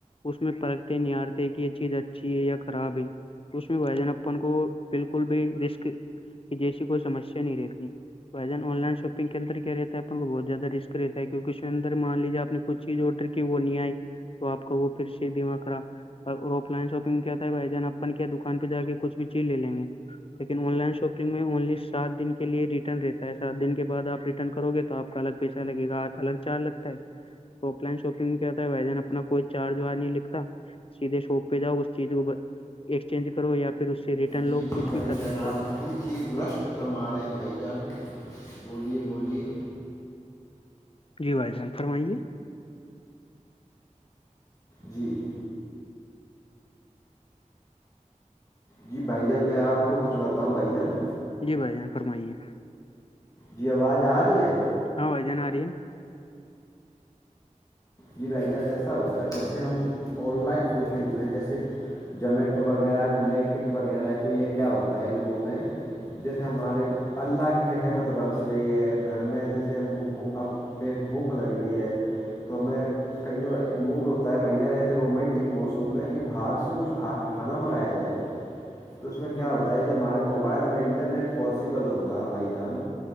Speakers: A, on the left; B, on the left.
A: اس میں پرکھتے نہارتے کہ یہ چیز اچھی ہے یا خراب ہے اس میں بائی جان اپن کو بالکل بھی رسک جیسی کوئی سسیا نہیں رہتی وزن آن لائن شاپنگ کی انتر کی رہتا ہے اپ کو بہت زیادہ رسک رہتا ہے کیونک اس میں اندر مان لیجیے آ نے کچھ چیز آرڈر کی وہ نہیں آئی تو آپ کا وہ پھر سے دماغ خرا اور آف لائن شاپنگ کیاتا ہے بھائی جان اپن کیا دکان پہ جا کے کچھ بھی چیز لے لیں گے لیکن آن لائن شاپنگ میں اونلی سات دن کے لیے ریٹرن رہتا ہے سات دن کے بع آپ کرو گے تو آپ کا الگ پیسہ لگے گا الگ چارج لگتا ہے آف لائن شاپنگ کیاتا تھا وین اپنا کوئی چارج وارج نہیں لکھتا سھے شاپ پہ جاؤ اس چیز کو ایکسچینج کرو یا پھر اس سے
B: جی
A: لو
B: جی
A: کچھ
B: بھائی
A: بھی کر
B: جان
A: سکتے ہو
B: آپ بہت ہی درست پٹ فرما رہے ہیں بھائی جان بولیے بولیے
A: جی بھائی جان فرمائیے
B: جی جی بھائی جان میں آپ کو کچھ بتاؤں بھائی جان
A: جی بھائی جان فرمائیے
B: جی آواز آ رہی ہے
A: ہاں وہ جناوراری
B: یہ بھائی جان ایسا ہوتا ہے جیسے ہم آن لائن شوپنگ میں جیسے جمیٹو وغیرہ بلینکٹ وغیرہ ہے تو یہ کیا ہوتا تعین وہ میں جیسے ہمارے اللہ کی رحمت برس رہی ہے گھر میں جیسے ہم کو بھو پیٹ بھوک لگ رہی ہے تو میں یں موڈ ہوتا ہے بھائی جان ایسے رومانٹک موسم میں کہ باہر سے کچھ کھا کھانا منگایا جائے جائے تو اس میں کیا
A: جی
B: ہوتا
A: بالکل
B: ہے جب ہمارے موبائل ہمیں انٹرنیٹ پاسبل ہوگا بھائی جان